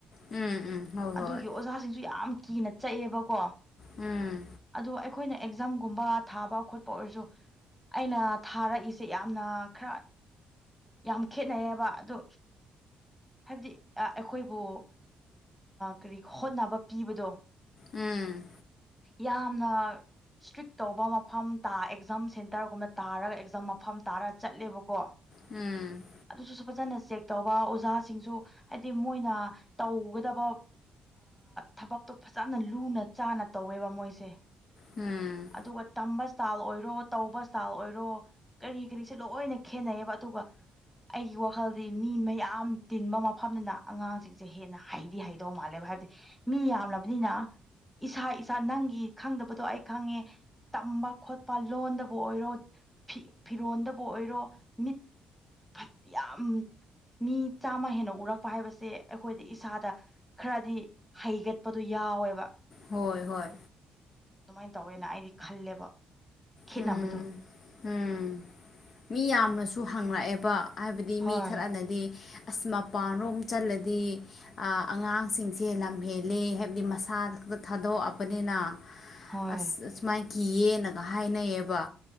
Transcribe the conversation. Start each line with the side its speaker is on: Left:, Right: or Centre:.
Left: ꯎꯝ ꯎꯝ ꯍꯣꯏ
Centre: ꯑꯗꯨꯒꯤ
Left: ꯍꯣꯏ
Centre: ꯑꯣꯖꯥꯁꯤꯡꯁꯨ ꯌꯥꯝ ꯀꯤꯅ ꯆꯠꯑꯦꯕꯀꯣ
Left: ꯎꯝ
Centre: ꯑꯗꯨ ꯑꯩꯈꯣꯏꯅ ꯑꯦꯛꯖꯥꯝꯒꯨꯝꯕ ꯊꯥꯕ ꯈꯣꯠꯄ ꯑꯣꯏꯔꯁꯨ ꯑꯩꯅ ꯊꯥꯔꯛꯏꯁꯦ ꯌꯥꯝꯅ ꯈꯔ ꯌꯥꯝ ꯈꯦꯠꯅꯩꯌꯦꯕ ꯑꯗꯣ ꯍꯥꯏꯕꯗꯤ ꯑꯩꯈꯣꯏꯕꯨ ꯀꯔꯤ ꯍꯣꯠꯅꯕ ꯄꯤꯕꯗꯣ
Left: ꯎꯝ
Centre: ꯌꯥꯝꯅ ꯏꯁꯇ꯭ꯔꯤꯛ ꯇꯧꯕ ꯃꯐꯝ ꯇꯥ ꯑꯦꯛꯖꯥꯝ ꯁꯦꯟꯇꯔꯒꯨꯝꯅ ꯇꯥꯔꯒ ꯑꯦꯛꯖꯥꯝ ꯃꯐꯝ ꯇꯥꯔꯒ ꯆꯠꯂꯦꯕꯀꯣ
Left: ꯎꯝ
Centre: ꯑꯗꯨꯁꯨ ꯐꯖꯅ ꯆꯦꯛ ꯇꯧꯕ ꯑꯣꯖꯥ ꯁꯤꯡ ꯍꯥꯏꯗꯤ ꯃꯣꯏꯅ ꯇꯧꯒꯗꯕ ꯊꯕꯛꯇꯣ ꯐꯖꯅ ꯂꯨꯅ ꯆꯥꯅ ꯇꯧꯋꯦꯕ ꯃꯣꯏꯁꯦ
Left: ꯎꯝ
Centre: ꯑꯗꯨꯒ ꯇꯝꯕ ꯏꯁꯇꯥꯏꯜ ꯑꯣꯏꯔꯣ ꯇꯧꯕ ꯏꯁꯇꯥꯏꯜ ꯑꯣꯏꯔꯣ ꯀꯔꯤ ꯀꯔꯤꯁꯦ ꯂꯣꯏꯅ ꯈꯦꯠꯅꯩꯌꯦꯕ ꯇꯒ ꯑꯩꯒꯤ ꯋꯥꯈꯜꯗꯤ ꯃꯤ ꯃꯌꯥꯝ ꯇꯤꯟꯕ ꯃꯐꯝꯗꯨꯅ ꯑꯉꯥꯡꯁꯤꯡꯁꯦ ꯍꯦꯟꯅ ꯍꯩꯗꯤ ꯍꯩꯗꯧ ꯃꯥꯜꯂꯦ ꯚ ꯍꯥꯏꯕꯗꯤ ꯃꯤ ꯌꯥꯝꯂꯕꯅꯤꯅ ꯏꯁꯥ ꯏꯁꯥ ꯅꯪꯒꯤ ꯈꯪꯗꯕꯗꯣ ꯑꯩ ꯈꯪꯉꯦ ꯇꯝꯕ ꯈꯣꯠꯄ ꯂꯣꯟꯗꯕꯨ ꯑꯣꯏꯔꯣ ꯐꯤꯔꯣꯟꯗꯕꯨ ꯑꯣꯏꯔꯣ ꯃꯤꯠ ꯐꯊ ꯌꯥꯝꯝ ꯃꯤ ꯆꯥꯝꯃ ꯍꯦꯟꯅ ꯎꯔꯛꯄ ꯍꯥꯏꯕꯁꯦ ꯑꯩꯈꯣꯏꯗꯤ ꯏꯁꯥꯗ ꯈꯔꯗꯤ ꯍꯩꯒꯠꯄꯗꯣ ꯌꯥꯏ ꯌꯥꯎꯋꯦꯕ
Left: ꯍꯣꯏ ꯍꯣꯏ
Centre: ꯑꯗꯨꯃꯥꯏꯅ ꯇꯧꯋꯦꯅ ꯑꯩꯗꯤ ꯈꯜꯂꯦꯕ ꯈꯦꯠꯅꯕꯗꯣ
Left: ꯎꯝ ꯎꯝ ꯃꯤ ꯌꯥꯝꯅꯁꯨ ꯍꯪꯉꯛꯑꯦꯕ ꯍꯥꯏꯕꯗꯤ
Centre: ꯍꯣꯏ
Left: ꯃꯤ ꯈꯔꯅꯗꯤ ꯑꯁ ꯃꯄꯥꯟ ꯔꯣꯝ ꯆꯜꯂꯗꯤ ꯑꯉꯥꯡꯁꯤꯡꯁꯦ ꯂꯝꯍꯦꯜꯂꯦ ꯍꯥꯏꯕꯗꯤ ꯃꯁꯥꯗ ꯊꯥꯗꯣꯛꯑꯕꯅꯤꯅ
Centre: ꯍꯣꯏ
Left: ꯑꯁ ꯑꯁꯨꯃꯥꯏꯅ ꯀꯤꯌꯦꯅꯒ ꯍꯥꯏꯅꯩꯑꯌꯦꯕ